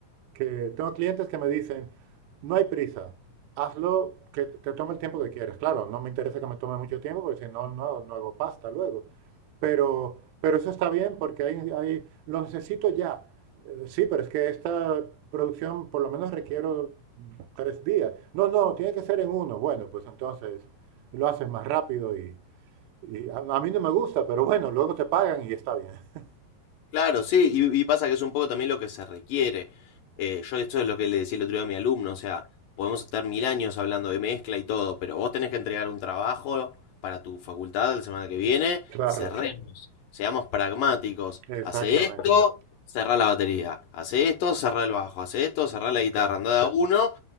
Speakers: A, on the right; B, on the left.
A: que tengo clientes que me dicen, no hay prisa, hazlo que te tome el tiempo que quieres. Claro, no me interesa que me tome mucho tiempo porque si no, no, no hago pasta luego. Pero, pero eso está bien porque ahí, ahí lo necesito ya. Eh, Sí, pero es que esta producción por lo menos requiero tres días. No, no, tiene que ser en uno. Bueno, pues entonces lo haces más rápido y, y a, a mí no me gusta, pero bueno, luego te pagan y está bien. <laughs>
B: Claro, sí, y, y pasa que es un poco también lo que se requiere. Eh, yo esto es lo que le decía el otro día a mi alumno, o sea, podemos estar mil años hablando de mezcla y todo, pero vos tenés que entregar un trabajo para tu facultad la semana que viene,
A: Claro,
B: cerremos, seamos pragmáticos,
A: exactamente.
B: hace esto, Exactamente. cerrá la batería, hace esto, cerrá el bajo, hace esto, cerrá la guitarra,
A: Claro,
B: andá de a uno,